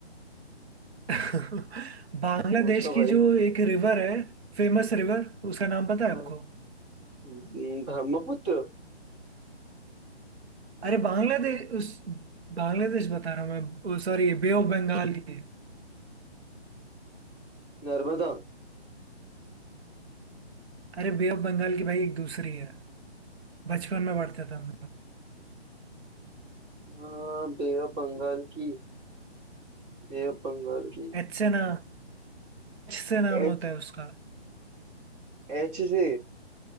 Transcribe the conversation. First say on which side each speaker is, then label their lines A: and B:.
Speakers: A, on the right; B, on the right.
A: <laughs> बांग्लादेश
B: पूछो
A: की
B: भाई
A: जो एक रिवर है फेमस रिवर उसका नाम पता है
B: हाँ,
A: आपको
B: हम्म, ब्रह्मपुत्र
A: अरे बांग्लादेश उस बांग्लादेश बता रहा हूँ मैं सॉरी बे ऑफ बंगाल की
B: नर्मदा
A: अरे बे ऑफ बंगाल की भाई एक दूसरी है बचपन में पढ़ते थे हम लोग
B: हाँ, बे ऑफ बंगाल की बे ऑफ बंगाल की
A: एच से ना एच से नाम
B: एच
A: होता है उसका
B: एच से